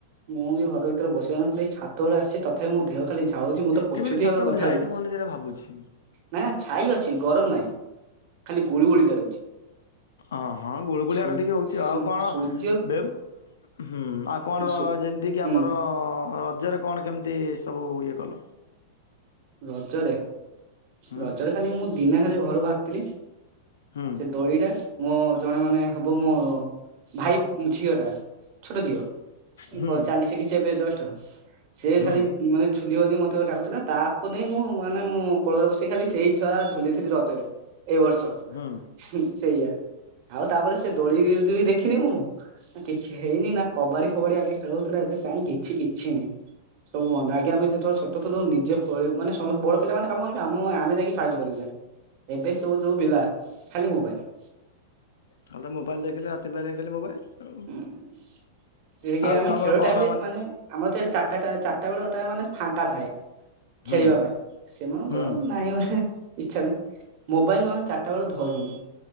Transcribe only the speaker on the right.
ମୁଁ ବି ଘର ଭିତରେ ବସି ହଉନଥିଲି ଏଇ ଛାତ ଉପରେ ଆସିଚି ତ ଥାପି ମୋ ଦେହ ଖାଲି ଝାଳଉଚି ମୁଁ ତ
ପଛୁଚି
ଆଉ
କଥା
ହଉଚି।
ନା ଛାଇ ଅଛି ଗରମ ନାହିଁ ଖାଲି ଗୁଳୁ ଗୁଳିଟା ଦଉଛି।
ସୁ
ସୁ
ସୂର୍ଯ୍ୟ
ସୁ
ହୁଁ
ରଜରେ
ରଜରେ ଖାଲି ମୁଁ ଦିନେ ଖାଲି ଘରୁ ବାହାରିଥିଲି।
ସେ ଦୋଳି ଟା ମୋ ଜଣେ ମାନେ ହବ ମୋ ଭାଇ ଝିଅ ଟା ଛୋଟ ଝିଅ
କ ଚାଲି ଶିକିଚି ଏବେ ଜଷ୍ଟ ସେ
ଖାଲି ମାନେ ଝୁଲି ଗଲି ମ ତେ ଡାକୁୁଥିଲା ତା ତାକୁ ନେଇ ମୁଁ ମାନେ ମୁଁ କୋଳରେ ବସେଇ ଖାଲି ସେଇ ଝୁଆ ଝୁଲିଥିଲି ରଜରେ ଏଇ ବର୍ଷ।
ହୁଁ ସେଇଆ ଆଉ ତାପରେ ସେ ଦୋଳି ଯଦି ବି ଦେଖିନେଇ ମୁଁ ନା କିଛି ହେଇନି ନା କବାଡି ଫବାଡି ଆଗେ ଖେଳ ହଉଥୁଲା ଏବେ କାଇଁ କିଛି କିଛି ନାହିଁ। ସବୁ ବନ୍ଦ ଆଜ୍ଞା ଆମେ ଯେତବେଳେ ଛୋଟ ଥିଲୁ ନିଜେ ଖୋଳିବୁ ମାନେ ସମସ୍ତେ ବଡ଼ ପିଲା ମାନେ କାମ କରିବେ ଆମ ଆମେ ଯାଇକି ସାହାଯ୍ୟ କରିବୁ ଯାହେଲେ। ଏବେ ସବୁ ଯୋଉ ପିଲା ଖାଲି ମୋବାଇଲ।
ହୁଁ <unintelligible>
ଆମେ
ଖେଳ
ଟାଇମ୍ ରେ ମାନେ ଆମର ତ ଏଠି ଚାରଟା ତା ଚାରଟା ବେଳ ଟା ମାନେ ଫାଙ୍କା ଥାଏ।
ଖେଳିବା ପାଇଁ ସେମାନଙ୍କର
ନାହିଁ ବୋଧେ। ଇଛା ନାହିଁ ମୋବାଇଲ <unintelligible> ଚାରିଟା ବେଳୁ ଧରୁନୁ।